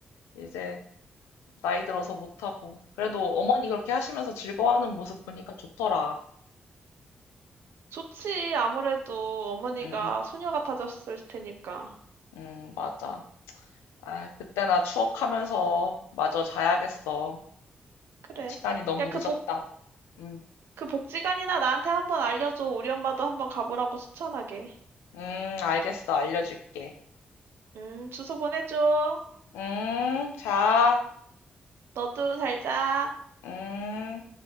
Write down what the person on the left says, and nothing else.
이제 나이 들어서 못하고. 그래도 어머니 그렇게 하시면서 즐거워하는 모습 보니까 좋더라.
음,
음, 음, 맞아. 아, 그때나 추억하면서 마저 자야겠어.
시간이 너무
늦었다.
음,
음, 알겠어. 알려줄게.
음, 자,
음.